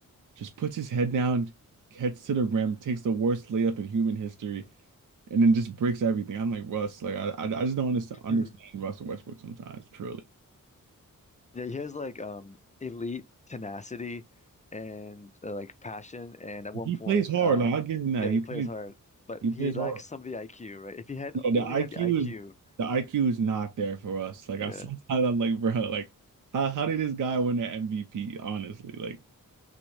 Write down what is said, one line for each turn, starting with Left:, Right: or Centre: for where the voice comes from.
Right: just puts his head down, heads to the rim, takes the worst layup in human history, and then just breaks everything. I'm like Russ, like I, I, just don't understand,
Left: <laughs>
Right: understand Russell Westbrook sometimes. Truly,
Left: Yeah, he has like um elite tenacity and uh, like passion. And at one
Right: he
Left: point,
Right: plays hard.
Left: uh,
Right: Like I give him that.
Left: yeah,
Right: He
Left: he
Right: plays
Left: plays hard, but
Right: he
Left: he
Right: plays
Left: lacks
Right: hard.
Left: some of the IQ, right? If he had,
Right: Yeah,
Left: if
Right: the
Left: he only had
Right: IQ
Left: the IQ,
Right: is the IQ is not there for us. Like
Left: yeah,
Right: I <laughs> sometimes I'm like, bro, like how how did this guy win the MVP? Honestly, like,